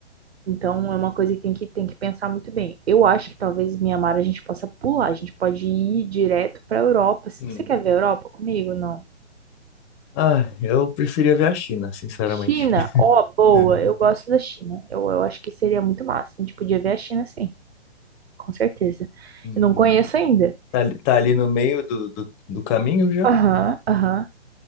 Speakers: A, on the right; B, on the left.
A: Então é uma coisa que tem que, tem que pensar muito bem. Eu acho que talvez Mianmar a gente possa pular. A gente pode ir direto pra Europa.
B: Hum.
A: Você quer ver a Europa comigo? Não.
B: Ah, eu preferia ver a China, sinceramente.
A: China,
B: <laughs>
A: ó, boa.
B: Uhum.
A: Eu gosto da China. Eu, eu acho que seria muito massa. A gente podia ver a China sim, com certeza.
B: Uhum.
A: Eu não conheço ainda.
B: Tá, ali tá ali no meio do, do, do caminho já,
A: Aham, aham.